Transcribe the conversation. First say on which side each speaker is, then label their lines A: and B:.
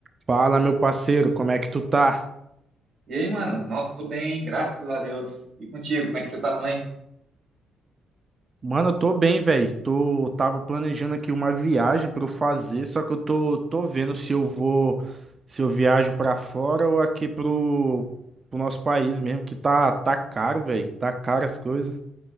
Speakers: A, on the right; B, on the right.
A: Fala, meu parceiro, como é que tu tá?
B: E aí, mano? Nossa, tô bem, graças a Deus. E contigo, como é que você tá também?
A: Mano, eu tô bem, velho. Tô tava planejando aqui uma viagem pra eu fazer, só que eu tô tô vendo se eu vou se eu viajo pra fora ou aqui pro pro nosso país mesmo, que tá tá caro, velho. Tá caro as coisas.